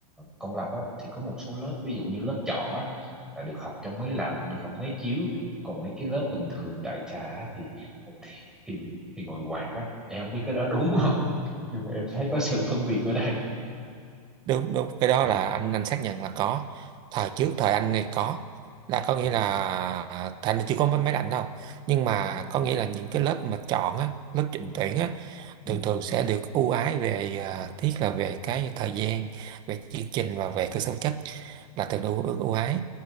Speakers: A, in the centre; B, on the right.
A: công lập á thì có một số lớp ví dụ như lớp chọn á là được học trong máy lạnh được học máy chiếu còn mấy cái lớp bình thường đại trà á, thì thì thì, thì ngồi quạt á em không biết cái đó đúng không nhưng mà em thấy có sự phân biệt ở đây
B: đúng đúng cái đó
A: dạ
B: là anh anh xác nhận là có thời trước thời anh này có là có
A: dạ
B: nghĩa là thành thì chưa có mấy máy lạnh đâu nhưng mà
A: dạ
B: có nghĩa là những cái lớp mà chọn á lớp tr-
A: ừ
B: tuyển á
A: ừ
B: thường thường sẽ được ưu ái về à, tiếc là về cái thời gian về chương trình và về cơ sở vật chất là thường ưu, ưu ưu ái